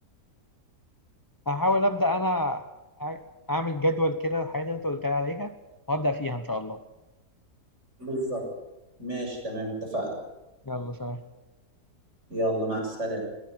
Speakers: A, on the left (about 20°); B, on the right (about 45°).
A: هحاول ابدا انا أع- اعمل جدول كده الحاجات اللي انت قلت لي عليها وابدا فيها ان شاء الله
B: بالظبط ماشي تمام اتفقنا
A: يلا سلام
B: يلا مع السلامة